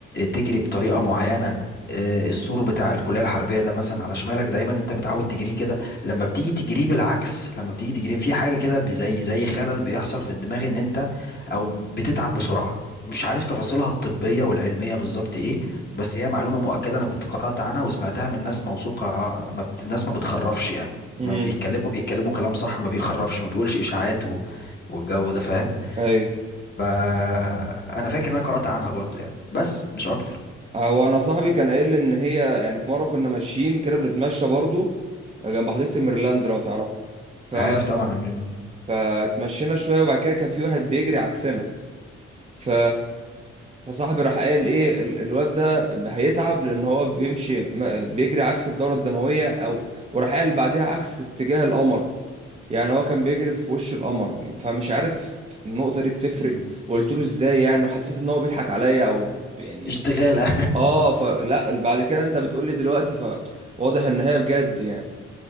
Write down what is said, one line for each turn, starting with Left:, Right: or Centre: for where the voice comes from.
Left: تجري بطريقه معينه آه، السور بتاع الكليه الحربيه ده مثلا على شمالك دايما انت متعود تجريه كده لما بتيجي تجريه بالعكس لما بتيجي تجريه في حاجه كده بي- زي زي خلل بيحصل في الدماغ ان انت او بتتعب بسرعه مش عارف تفاصيلها الطبيه والعلميه بالظبط ايه بس هي معلومه مؤكده انا كنت قرات عنها وسمعتها من ناس موثوقه ما بت... ناس ما بتخرفش يعني
Right: امم
Left: ما بيتكلموا بيتكلموا كلام صح ما بيخرفش ما بيقولش اشاعات و... والجو ده فاهم
Right: ايوه
Left: فانا فاكر ان انا قرأت عنها برضو يعني بس مش اكتر
Right: هو انا صاحبي كان قايل لي ان هي يعني في مره كنا ماشيين كده بنتمشى برضو آه، جنب حديقه ميرلاند لو تعرف ف
Left: عارف طبعا أمرين-
Right: فاتمشينا شويه وبعد كده كان في واحد بيجري عكسنا ف فصاحبي راح قال ايه ال- الواد ده هيتعب لان هو بيمشي ما- بيجري عكس الدوره الدمويه او وراح قال بعدها عكس اتجاه القمر يعني هو كان بيجري في وش القمر يعني فمش عارف النقطه دي بتفرق
Left: مم.
Right: وقلت له ازاي يعني وحسيت ان هو بيضحك عليا او يعني
Left: اشتغالة
Right: اه فلا بعد كده انت بتقول لي دلوقتي فواضح ان هي بجد يعني